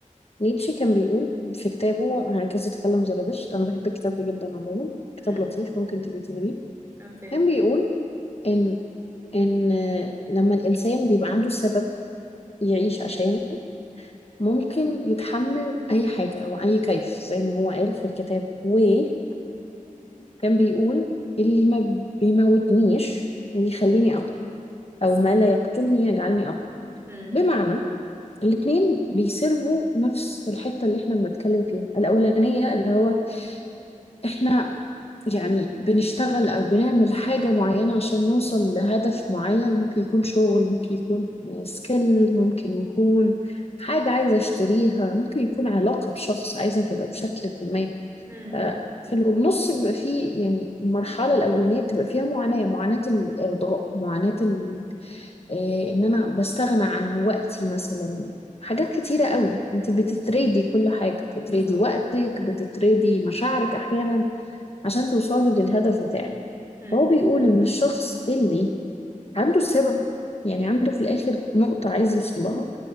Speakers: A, on the left; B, on the right.
A: نيتشه كان بيقول في كتابه هكذا تكلم زرادشت أنا بحب الكتاب ده جدا عموما كتاب
B: امم
A: لطيف ممكن تبقي تقريه
B: اوكي
A: كان بيقول إن إن لما الإنسان بيبقى عنده سبب يعيش عشانه ممكن يتحمل أي حاجة أو أي كيف زي ما هو قال في الكتاب وبرضه كان بيقول اللي ما بيموتنيش بيخليني أقوى
B: بالظبط
A: أو ما لا يقتلني يجعلني أقوى
B: امم
A: بمعنى الاتنين بيسيرفوا نفس الحتة اللي احنا بنتكلم فيها الأولانية اللي هو احنا يعني بنشتغل او بنعمل حاجة معينة عشان نوصل لهدف معين ممكن يكون شغل ممكن يكون سكيل ممكن يكون حاجة عايزة اشتريها ممكن يكون علاقة بشخص عايزة تبقى بشكل ما
B: امم
A: ف- في النص بيبقى فيه يعني المرحلة الأولانية بتبقى فيها معاناة معاناة الإرضاء معاناة ال... إيه إن أنا بستغنى عن وقتي مثلا حاجات كتيرة قوي انت بتتريدي كل حاجة بتتريدي
B: بالظبط
A: وقتك بتتريدي مشاعرك أحيانا عشان توصلي للهدف بتاعك
B: امم
A: فهو بيقول إن الشخص اللي عنده السبب يعني عنده في الآخر نقطة عايز يوصل لها